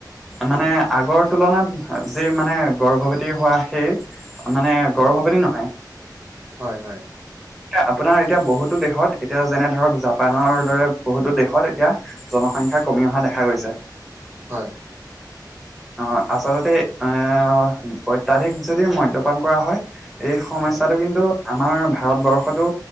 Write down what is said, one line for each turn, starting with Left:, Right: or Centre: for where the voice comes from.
Centre: মানে
Right: হয়,
Centre: আগৰ তুলনাত যি মানে গৰ্ভৱতী হোৱা সেই মানে
Right: হয়,
Centre: গৰ্ভৱতী নহয়
Right: হয় হয়
Centre: আপোনাৰ এতিয়া বহুত টো দেশত এতিয়া যেনে ধৰক জাপানৰ দৰে বহুতো দেশৰ এতিয়া জনসংখ্যা কমি অহা দেখা গৈছে।
Right: হয়
Centre: অ আচলতে এ অত্যাধিক যদি মদ্যপান কৰা হয় এই সমস্যাটো
Right: হয়।
Centre: কিন্তু আমাৰ ভাৰতবৰ্ষতো